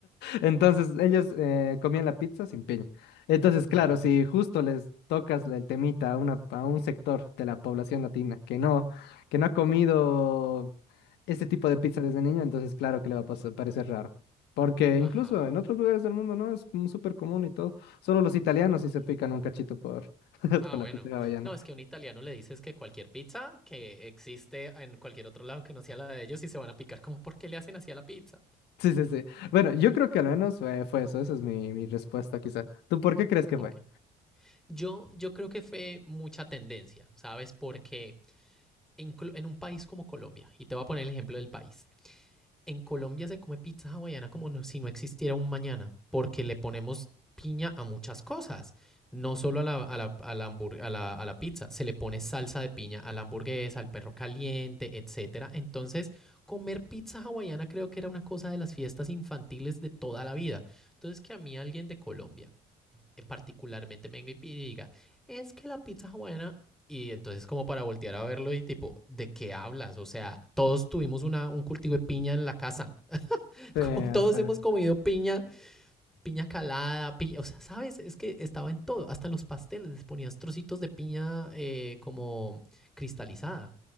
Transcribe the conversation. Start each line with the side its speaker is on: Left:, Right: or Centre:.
Left: Entonces, ellos eh, comían la pizza sin piña. Entonces, claro,
Centre: ajá,
Left: si justo les tocas el temita a, una, a un sector de la población latina que no, que no ha comido este tipo de pizza desde niño, entonces claro que le va a pasar- parecer raro. Porque incluso
Centre: ajá.
Left: en otros lugares del mundo, ¿no? Es como súper común y todo. Solo los italianos sí
Centre: Sí.
Left: se pican un cachito por, <laughs>
Centre: Ah,
Left: por
Centre: bueno.
Left: la pizza hawaiana.
Centre: No, es que a un italiano le dices que cualquier pizza que existe en cualquier otro lado que no sea la de ellos y se van a picar como, ¿por qué le hacen así a la pizza?
Left: Sí, sí, sí. Bueno, yo creo que al menos fue, fue eso. Esa es mi, mi respuesta, quizá. ¿Tú por qué crees que
Centre: Ok.
Left: fue?
Centre: Yo, yo creo que fue mucha tendencia, ¿sabes? Porque inclu- en un país como Colombia, y te voy a poner el ejemplo del país, en Colombia se come pizza hawaiana como no- si no existiera un mañana, porque le ponemos piña a muchas cosas, no solo a la, a la- a la hambur- a la- a la pizza, se le pone salsa de piña a la hamburguesa, al perro caliente, etcétera. Entonces, comer pizza hawaiana creo que era una cosa de las fiestas infantiles de toda la vida. Entonces, que a mí alguien de Colombia eh, particularmente venga y diga, es que la pizza hawaiana y entonces como para voltear a verlo y tipo, ¿de qué hablas? O sea, todos tuvimos una, un cultivo de piña en la casa. <laughs>
Left: Sí,
Centre: Como
Left: es
Centre: todos
Left: que-
Centre: hemos comido piña, piña calada, piña, o sea, ¿sabes? Es que estaba en todo, hasta en los pasteles les ponías trocitos de piña eh, como cristalizada.